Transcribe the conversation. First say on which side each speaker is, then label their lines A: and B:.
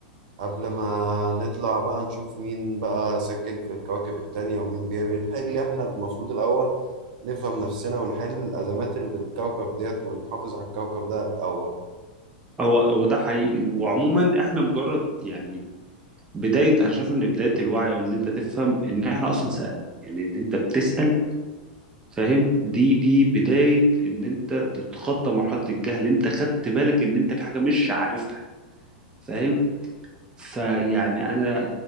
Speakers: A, on the right; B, on the right.
A: قبل ما نطلع بقى نشوف مين بقى ساكن في الكواكب التانية ومين بيعمل ايه نحل احنا المفروض الأول نفهم نفسنا ونحل الأزمات اللي في الكوكب ديت ونحافظ على الكوكب ده الأول
B: هو هو ده حقيقي وعموما احنا مجرد يعني بدايه انا شايف ان بدايه الوعي وان انت تفهم ان احنا اصلا سالنا يعني ان انت بتسال فاهم دي دي بدايه ان انت تتخطى مرحله الجهل انت خدت بالك ان انت في حاجه مش عارفها فاهم فيعني انا